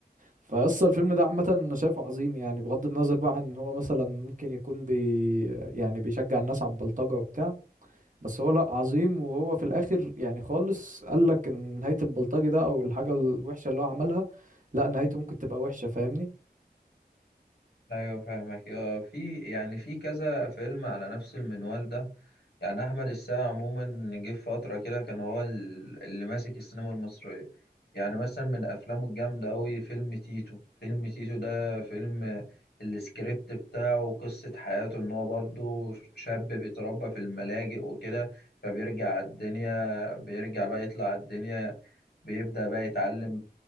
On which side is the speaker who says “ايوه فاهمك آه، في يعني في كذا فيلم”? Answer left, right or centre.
Left